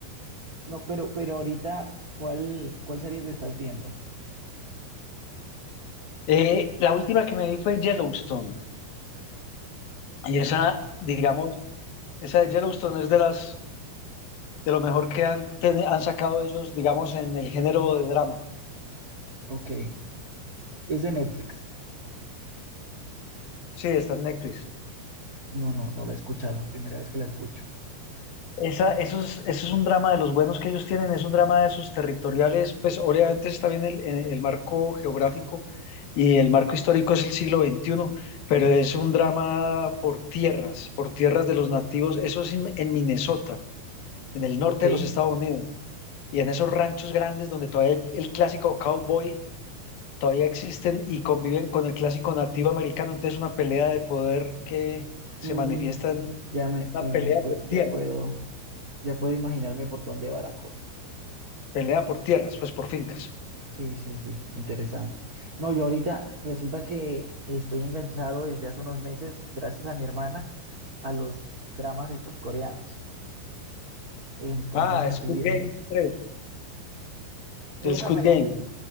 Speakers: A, on the right (about 35°); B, on the left (about 50°).
A: No, pero, pero ahorita, ¿cuál, cuál serie te estás viendo?
B: Eh, la última que me vi fue Yellowstone. Y esa,
A: No, no.
B: digamos, esa de Yellowstone es de las, de lo mejor que han, teni- han sacado ellos, digamos, en el género de drama.
A: Ok, es de Netflix.
B: Sí, está en Netflix.
A: No, no, no la he escuchado. Primera vez que la escucho.
B: Esa, eso es, eso es un drama de los buenos que ellos tienen, es un drama de esos territoriales, pues obviamente está bien el, eh, el- marco geográfico y el marco histórico es el siglo XXI, pero es un drama por tierras, por tierras de los nativos, eso es in- en Minnesota, en el norte
A: Ok,
B: de los Estados Unidos. y en esos ranchos grandes donde todavía el clásico cowboy todavía existen y conviven con el clásico nativo americano. Entonces, una pelea de poder que se
A: mm,
B: manifiesta en
A: ya me,
B: una
A: me-
B: pelea
A: me pue-
B: por
A: ya
B: tierra,
A: puedo, ya puedo imaginarme por dónde va la cosa.
B: pelea por tierras, pues por fincas.
A: Sí, sí, sí, interesante. No, yo ahorita resulta que estoy enganchado desde hace unos meses, gracias a mi hermana, a los dramas estos coreanos. Entonces
B: Ah,
A: me
B: Squid
A: estoy viendo,
B: Game 3,
A: esa
B: el Squid
A: me la
B: Game.
A: vi,